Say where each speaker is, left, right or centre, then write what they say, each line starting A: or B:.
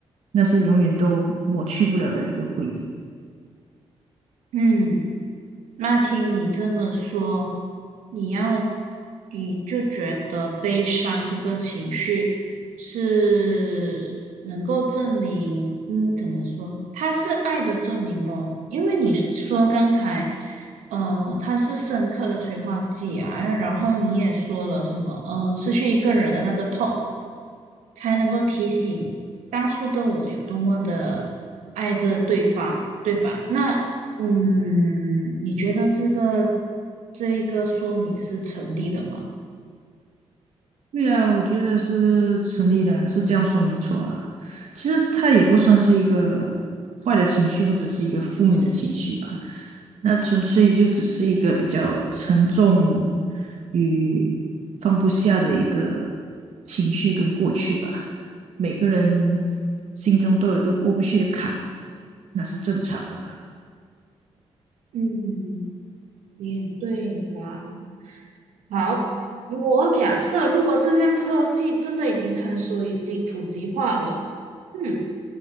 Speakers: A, on the right; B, on the right.
A: 那是永远都抹去不了的一个回忆。
B: 嗯。那听你这么说，你要，你就觉得悲伤这个情绪是能够证明，嗯，怎么说？它是爱的证明咯，因为你说刚才，呃，它是深刻的催化剂啊，然后你也说了什么，嗯、呃，失去一个人的那个痛。才能够提醒当初的我有多么的爱着对方，对吧？那嗯，你觉得这个这一个说明是成立的吗？
A: 对啊，我觉得是成立的啊是这样说没错啊。其实它也不算是一个坏的情绪，或者是一个负面的情绪吧。那纯粹就只是一个比较沉重与放不下的一个情绪跟过去吧。每个人心中都有一个过不去的坎，那是正常的吧。
B: 嗯，也对啦。好，我假设如果这项科技真的已经成熟，已经普及化了，嗯，